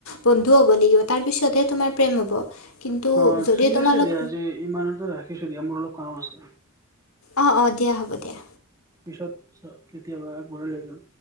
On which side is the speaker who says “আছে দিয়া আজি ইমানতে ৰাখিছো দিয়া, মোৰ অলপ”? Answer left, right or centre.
Right